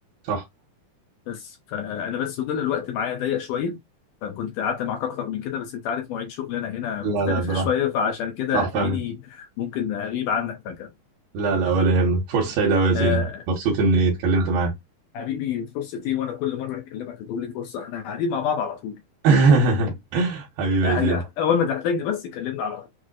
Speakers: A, on the right (about 75°); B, on the left (about 75°).
A: صح
B: بس فانا بس وجل الوقت معايا ضيق شويه فكنت قعدت معاك اكتر من كده بس انت عارف مواعيد شغلي انا هنا
A: لا
B: مختلفه
A: لا براحة
B: <laughs> شويه فعشان كده
A: صح
B: هتلاقيني
A: فاهم
B: ممكن اغيب عنك فجاه
A: لا لا ولا يهمك فرصه سعيده أوي يا زين
B: آه
A: مبسوط اني اتكلمت معاك
B: حبيبي فرصتي وانا كل مره اكلمك هتقول لي فرصه احنا قاعدين مع بعض على طول
A: <laughs> حبيبي
B: آه،
A: يا زين
B: اول ما تحتاجني بس كلمني على طول